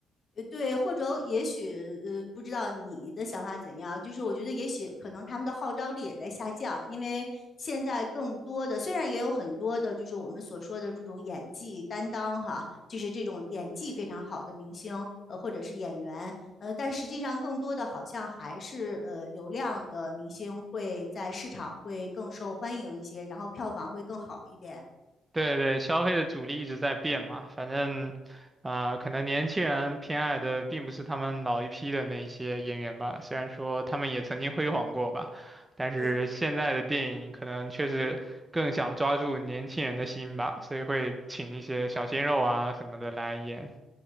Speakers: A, on the left; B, on the right.
A: 呃，对，或者也许呃，不知道你的想法怎样，就是我觉得也许可能他们的号召力也在下降，因为现在更多的虽然也有很多的，就是我们所说的这种演技担当哈，就是这种演技非常好的明星，呃，或者是演员，呃，但实际上更多的好像还是呃流量的明星会在市场会更受欢迎一些，然后票房会更好一点。
B: 对对，消费的主力一直在变嘛，反正，啊、可能年轻人偏爱的并不是他们老一批的那些演员吧，虽然说他们也曾经辉煌过吧，但是现在的电影可能确实更想抓住年轻人的心吧，
A: 呃，
B: 所以会请一些小鲜肉啊什么的来演。